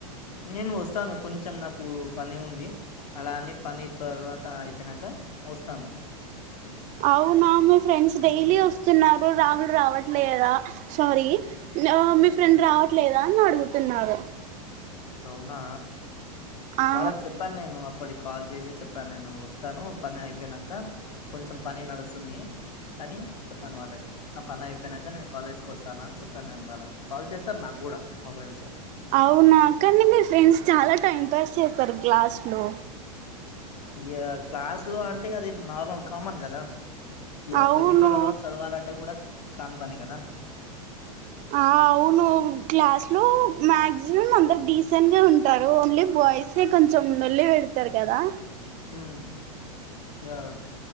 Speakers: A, on the left; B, on the right.
A: నేను వస్తాను కొంచెం నాకు పని ఉంది అలాని పని తర్వాత అయిపోయినాక వస్తాను
B: అవును అవును మీ ఫ్రెండ్స్
A: హ్మ్.
B: డైలీ వస్తున్నారు ఇప్పుడు రాహులు రావట్లేదా సారీ మీ ఫ్రెండ్ రావట్లేదా అని అడుగుతున్నారు
A: అవునా
B: ఆ
A: వాళ్ళకి చెప్పాను నేను అప్పడీ కాల్ చేసి చెప్పాను నేను వస్తాను పని అయిపోయినాంక కొంచెం పని నడుస్తుంది అని చెప్పాను వాళ్ళకి నా పని అయిపోయినాక నేను కాలేజ్కి వస్తాను అని చెప్పాను నేను వాళ్ళకి కాల్ చేశారు నాకు కూడా మా ఫ్రెండ్స్
B: అవున అక్కడి మీరు ఫ్రెండ్స్ చాలా టైం పాస్ చేస్తారు క్లాస్ లో
A: ఇగా క్లాస్ లో అంటే అది నార్మల్ కామన్ కదా ఇగా
B: అవును
A: ట్వంటీ ఫోర్ అవర్స్ చదవాలంటే కూడా కాన్ పని కదా
B: ఆ అవును క్లాస్ లో మాక్సిమం అందరు డీసెంట్ గా ఉంటారు ఓన్లీ బా బాయ్స్ ఎ కొంచెం నొల్లి పెడతారు కదా
A: హ్మ్మ్ ఇయబ్